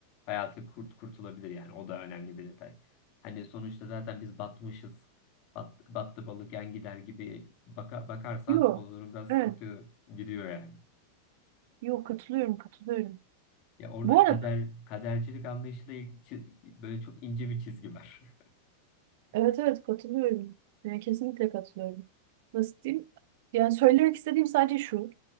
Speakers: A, on the left (about 40°); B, on the right (about 50°).
A: hayatı kurt kurtulabilir yani o da önemli bir detay. Hani sonuçta zaten biz batmışız. Bat, battı balık yan gider gibi baka- bakarsan
B: Yok.
A: o durum biraz
B: Evet.
A: sıkıntı giriyor yani.
B: Yok katılıyorum katılıyorum.
A: Ya orada
B: Bu arada
A: kader kadercilik anlayışıyla çi- böyle çok ince bir çizgi var.
B: evet evet katılıyorum. Yani kesinlikle katılıyorum. Nasıl diyeyim? Yani söylemek istediğim sadece şu.